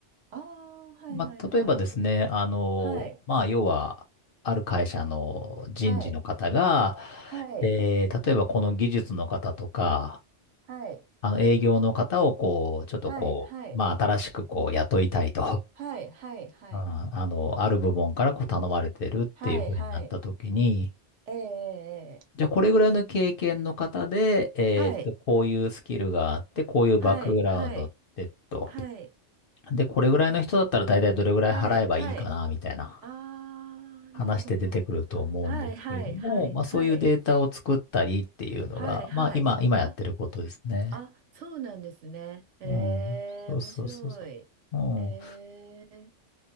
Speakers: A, on the right; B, on the left.
A: ああ、はい、
B: まあ、
A: はい、はい。
B: 例えばですね、あの、
A: はい、
B: まあ、要は、ある会社の人事の方が、
A: はい。はい、
B: えー例えばこの技術の方とか、
A: はい、
B: あの、営業の方をこう、ちょっとこう、
A: はい、はい、
B: まあ、新しくこう、雇いたいと。
A: はい、はい、はい、
B: うんあの、ある部門からこう頼まれてるっていう風になった時に、
A: はい、はい、ええ、
B: じゃあこれぐらいの経験の方で、えーっと、
A: はい、
B: こういうスキルがあって、こういうバックグラウンドってと。
A: はい、はい、はい、
B: で、これぐらいの人だったら大体どれぐらい払えばいいかな、
A: はい、はい、
B: みたいな
A: あー、
B: 話で出てくると思うんですけれども、
A: なるほど。はい、はい、はい、
B: まあそういうデータを作ったりっていうのが、
A: はい、はい、はい、
B: まあ今、今やってることですね。
A: あ、あ、そうなんですね。えー、
B: うん。そうそうそうそう。
A: 面白い。
B: うん。
A: えー、